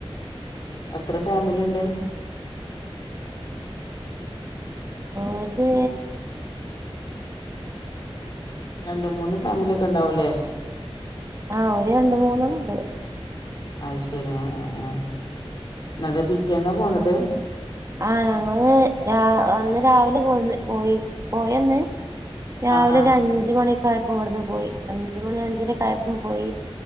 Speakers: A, on the left (about 45°); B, on the right (about 30°).
A: എത്ര ഫാമിലിണ്ട്
B: ഓര്
A: രണ്ട് മൂന്ന് ഫാമിലി ഒക്കെ ഇണ്ടാവൂല്ലേ
B: ആ ഒരു രണ്ട് മൂന്ന് ഉണ്ടായി
A: അയ്ശെരി ആ ആ എന്നട്ട് പിറ്റേന്ന പോന്നത്
B: ആ ഞങ്ങള് രാ അന്ന് രാവിലെ പോന്ന് പോയി പോയ ന്ന് രാവിലെ
A: ആഹ് ആഹ്
B: ഒരു അഞ്ച് മണി യപ്പം ഇവിടെന്ന് പോയി അഞ്ച്മണി അഞ്ചിരേകായപ്പം പോയി